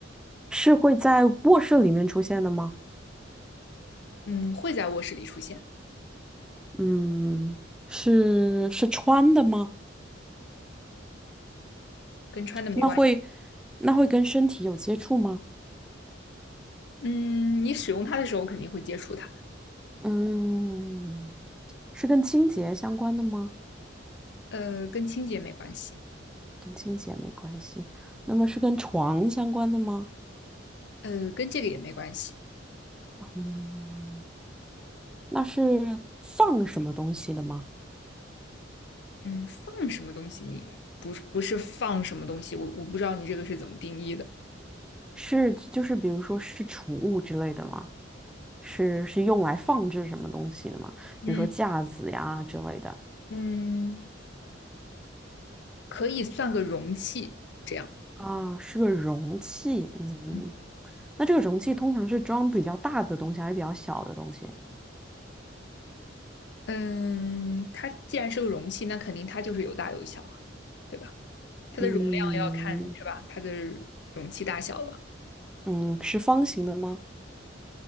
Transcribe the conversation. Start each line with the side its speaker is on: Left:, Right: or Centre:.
Centre: 是会在卧室里面出现的吗？
Left: 嗯，会在卧室里出现，
Centre: 嗯，是是穿的吗？
Left: 跟穿的没关系。
Centre: 那会那会跟身体有接触吗？
Left: 嗯，你使用它的时候肯定会接触它的，
Centre: 嗯，是跟清洁相关的吗？
Left: 呃，跟清洁没关系。
Centre: 跟清洁没关系。那么是跟床相关的吗？
Left: 呃，跟这个也没关系。
Centre: 嗯，那是放什么东西的吗？
Left: 嗯，放什么东西你？不是不是放什么东西，我我不知道你这个是怎么定义的。
Centre: 是就是比如说是储物之类的吗？是是用来放置什么东西的吗？
Left: 嗯
Centre: 比如说架子呀之类的。
Left: 嗯，可以算个容器这样。
Centre: 啊，是个容器。嗯，
Left: 嗯
Centre: 那这个容器通常是装比较大的东西还是比较小的东西？
Left: 嗯，它既然是个容器，那肯定它就是有大有小啊，对吧？它的容量要看是吧？
Centre: 嗯
Left: 它的容器大小了。
Centre: 嗯，是方形的吗？